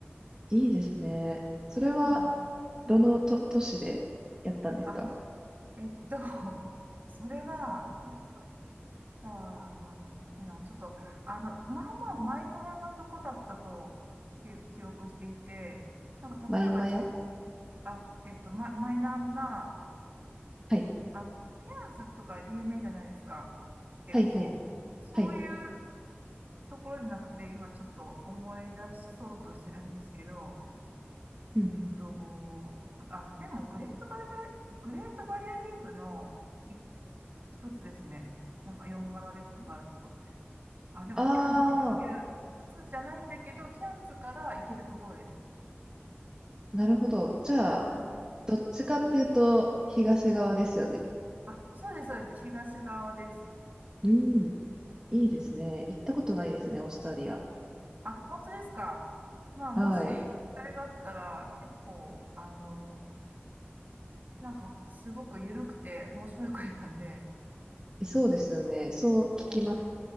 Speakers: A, on the right; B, on the right.
A: いいですね。それは、
B: そうなん。もう、
A: どのと、都市でやったんですか
B: あ、えっと、<laughs> それは、どたかなっていうのは、ちょっと、あの、まあまあマイナーなとこだったと記記憶していて、なんか例えば、
A: マイマヤ
B: け、あ、えっと、マ、マイナーな、
A: はい。
B: あの、ケアンズとか有名じゃないですか。結構。
A: はい、はい、
B: そういう
A: はい。
B: ところじゃなくて、今ちょっと思い出そうとしてるんですけど、
A: うんうん。
B: えっと、あ、でもグレートバリア、グレートバリアリーフの一一つですね。なんか4柄レックがあるとこって。あ、でも、
A: ああ、
B: ケアンズから行ける。ケアンズじゃないんだけど、ケアンズから行けるところです。
A: なるほど。じゃあ、
B: うん。
A: どっちかっていうと、東側ですよね。
B: はい。あ、そうです、そうです。東側です。
A: うん。いいですね。
B: うん。
A: 行ったことないですね、オーストラリア。
B: あ、本当ですか。まあ、
A: はい。
B: もし、機会があったら、結構、あの、なんか、すごく緩くて面白い国なんで、
A: そうですよね。そう聞きます。
B: うん。